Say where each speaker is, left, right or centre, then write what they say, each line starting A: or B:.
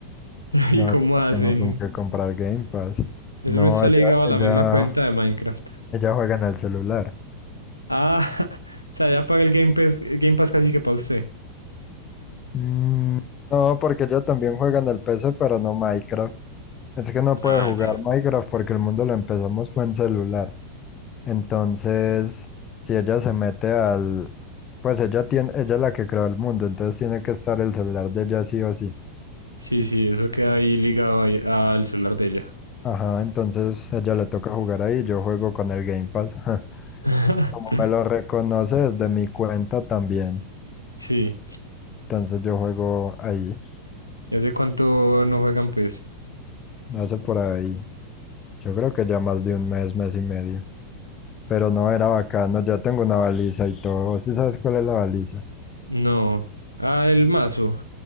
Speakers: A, on the left; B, on the left.
A: <laughs>
B: No,
A: ¿Y cómo
B: yo no
A: hacen?
B: tengo con qué comprar Game Pass.
A: Eso
B: No,
A: no está
B: ella,
A: ligado a
B: ella,
A: la misma cuenta de Minecraft.
B: ella juega en el celular.
A: Ah, <laughs> o sea, ya paga el Game Pass, el Game Pass casi que para usted.
B: Mm, no, porque ella también juega en el PC, pero no Minecraft. Es que no
A: Ah,
B: puede jugar
A: ya.
B: Minecraft porque el mundo lo empezamos fue en celular. Entonces, si ella se mete al... Pues ella tiene, ella es la que creó el mundo, entonces tiene que estar el celular de ella sí o sí.
A: Sí, sí, eso queda ahí ligado ahí al celular de ella.
B: Ajá, entonces a ella le toca jugar ahí, yo juego con el Game Pass. <laughs>
A: <laughs>
B: Como me lo reconoce desde mi cuenta también.
A: Sí.
B: Entonces yo juego ahí,
A: ¿Y hace cuánto no juegan, pues?
B: hace por ahí, yo creo que ya más de un mes, mes y medio. Pero no era bacano, ya tengo una baliza y todo. ¿Sí sabes cuál es la baliza?
A: No. Ah, el mazo.